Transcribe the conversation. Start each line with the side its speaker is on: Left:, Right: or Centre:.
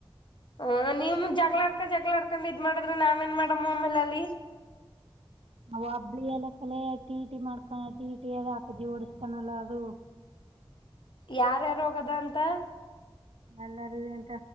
Left: ಹ ನೀಮ್ ಜಗಳಾಡ್ಕ ಜಗಳಾಡ್ಕಂಡ್ ಇದ್ ಮಾಡಿದ್ರೆ ನಾಮ್ ಏನ್ ಮಾಡಮ್ಮ ಆಮೇಲೆ ಅಲ್ಲಿ?
Right: ನಾವು ಓಬ್ಳಿ ಎಲ್ಲ ಕಲ್ಲೆ ಟಿ. ಟಿ ಮಾಡ್ಕ ಟಿ. ಟಿ ಅದ ಅಪ್ಪಾಜಿ ಓಡಸ್ತಾನಲ್ಲ ಅದು
Left: ಯಾರ್ಯ ಹೋಗದ ಅಂತ?
Right: ಎಲ್ಲಾರ ಎಂತ